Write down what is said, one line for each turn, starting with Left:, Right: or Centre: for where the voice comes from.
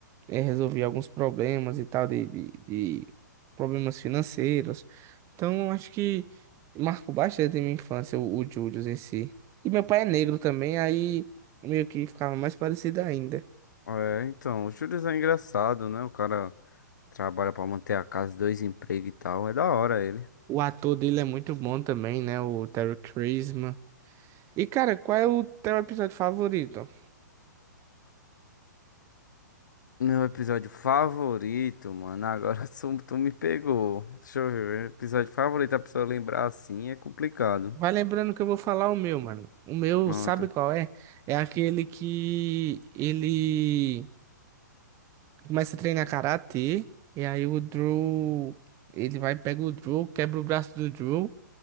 Right: eh, resolvi alguns problemas e tal, de, de, de problemas financeiros. Então, eu acho que marcou bastante a minha infância, o, o Júlio em si. E meu pai é negro também, aí meio que ficava mais parecido ainda.
Left: É, então, o Julius é engraçado, né? O cara trabalha pra manter a casa, dois empregos e tal, é da hora ele.
Right: O ator dele é muito bom também, né? O Terry Crews. E, cara, qual é o teu episódio favorito?
Left: Meu episódio favorito, mano. Agora <laughs> tu tu me pegou. Deixa eu ver. Episódio favorito, a pessoa lembrar assim é complicado.
Right: Vai lembrando que eu vou falar o meu, mano. O meu,
Left: Pronto.
Right: sabe qual é? É aquele que ele começa a treinar karatê, e aí o Drew, ele vai, pega o Drew, quebra o braço do Drew,